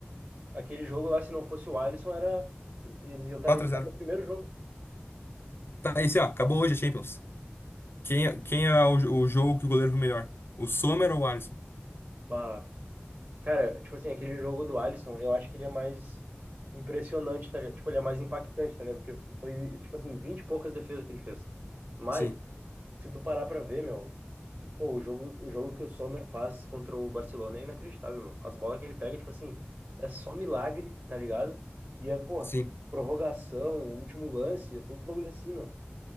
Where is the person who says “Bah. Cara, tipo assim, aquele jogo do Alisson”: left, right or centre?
Right